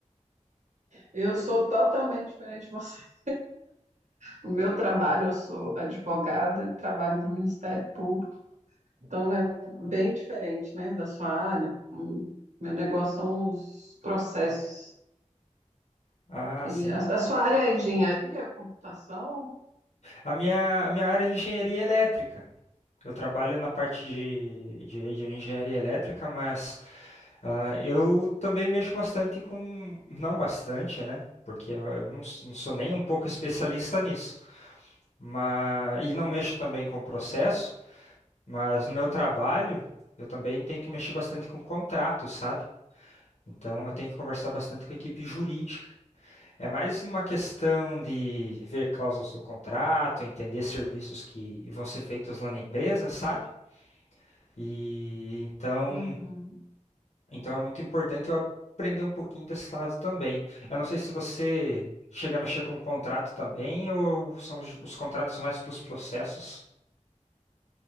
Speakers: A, on the right; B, on the left.
A: Eu sou totalmente diferente de você. O meu trabalho, eu sou advogada, trabalho no Ministério Público, então é bem diferente, né, da sua área. Hum, Meu negócio são os processos.
B: Ah,
A: E
B: sim.
A: a, a sua área é engenharia, computação?
B: A minha, a minha área é engenharia elétrica. Eu trabalho na parte de, de, de engenharia elétrica, mas ah, eu também mexo bastante com. Não bastante, né? Porque eu eu não, s- não sou nem um pouco especialista nisso. Mas, e não mexo também com processo, mas no meu trabalho eu também tenho que mexer bastante com contrato, sabe? Então eu tenho que conversar bastante com a equipe jurídica. É mais uma questão de ver cláusulas do contrato, entender serviços que vão ser feitos lá na empresa, sabe? E então,
A: Uhum.
B: então é muito importante eu aprender um pouquinho desse lado também. Eu não sei se você chega a mexer com contrato também ou são os, os contratos mais para os processos.